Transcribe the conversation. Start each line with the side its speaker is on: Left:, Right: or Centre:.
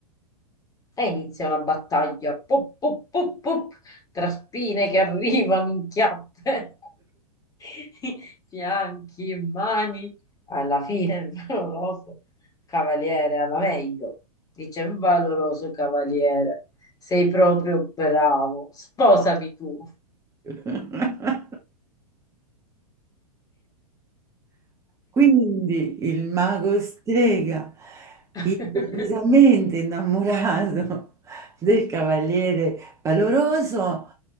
Left: E inizia una battaglia, pop, pop, pop, pop, tra spine che arrivano in chiappe. <laughs> <laughs> fianchi e mani, alla fine il valoroso cavaliere, alla meglio, dice il valoroso cavaliere, sei proprio bravo, sposami tu.
Right: <laughs> Quindi il mago strega,
Left: <laughs>
Right: improvvisamente innamorato del cavaliere valoroso,